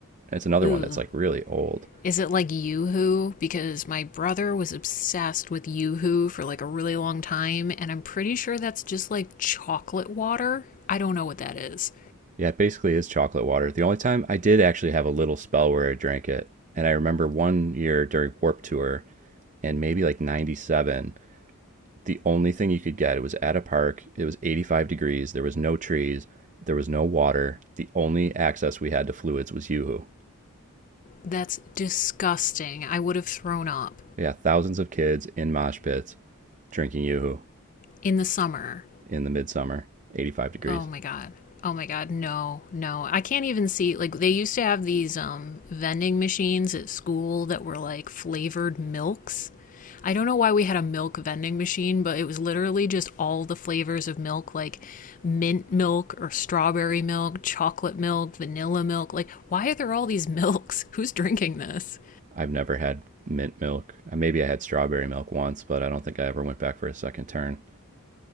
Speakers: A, on the right (about 35°); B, on the left (about 35°).
A: it's another
B: Ooh.
A: one that's like really old.
B: Is it like Yoo-Hoo? Because my brother was obsessed with Yoo-Hoo for like a really long time, and I'm pretty sure that's just like chocolate water. I don't know what that is.
A: Yeah, it basically is chocolate water. The only time I did actually have a little spell where I drank it, and I remember one year during Warp Tour and maybe like 97, the only thing you could get it was at a park. It was 85 degrees, there was no trees, there was no water. The only access we had to fluids was Yoo-Hoo.
B: That's disgusting. I would have thrown up
A: Yeah, thousands of kids in mosh pits drinking Yoo-Hoo
B: in the summer.
A: in the midsummer, 85 degrees.
B: Oh my god. Oh my god. No. No. I can't even see like they used to have these um vending machines at school that were like flavored milks. I don't know why we had a milk vending machine, but it was literally just all the flavors of milk like mint milk or strawberry milk, chocolate milk, vanilla milk. Like why are there all these <laughs> milks? Who's drinking this?
A: I've never had mint milk. Uh, Maybe I had strawberry milk once, but I don't think I ever went back for a second turn.